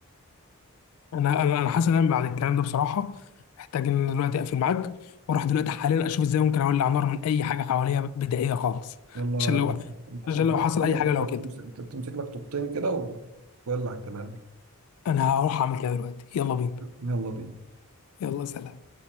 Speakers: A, on the left; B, on the right.
A: انا انا أنا حاسس ان انا بعد الكلام ده بصراحه محتاج ان أنا دلوقتي اقفل معاك واروح دلوقتي حاليا اشوف ازاي ممكن اولع نار من اي حاجه حواليا بدائيه خالص
B: يلا
A: عشان لو عشان
B: مثلا
A: لو حصل اي حاجه لو كده
B: تمسك تمسك لك طوبتين كده و- وولع كلامك
A: انا هروح اعمل كده دلوقتي يلا بينا
B: يلا بينا
A: يلا سلام